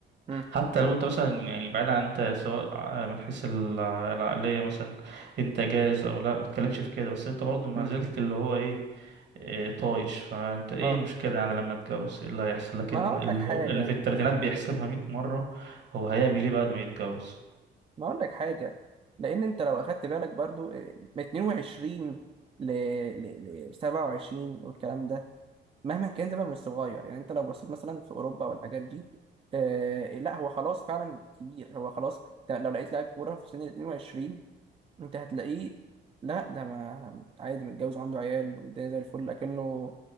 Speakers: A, on the right (about 30°); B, on the right (about 60°).
A: امم
B: حتى لو انت مثلا يعني بعيد عن انت سواء ع- من حيث الع- العقليه مثلا انت جاهز او لا ما تتكلمش في كده بس انت برضو ما
A: امم
B: زلت اللي هو ايه إيه، طايش فانت ايه
A: اه
B: المشكلة يعني لما اتجوز ايه اللي هيحصل لكن
A: ما هقول
B: اللي
A: لك حاجه
B: هو اللي في التلاتينات بيحسبها مية مرة هو هيعمل ايه بعد ما يتجوز
A: ما اقول لك حاجه لان انت لو اخدت بالك برضو آه، من 22 ل ل ل 27 والكلام ده مهما كان ده بقى مش صغير يعني انت لو بصيت مثلا في اوروبا والحاجات دي آه لا هو خلاص فعلا كبير هو خلاص ده لو لقيت لاعب كوره في سن ال 22 انت هتلاقيه لا ده ما عادي متجوز وعنده عيال والدنيا زي الفل لكنه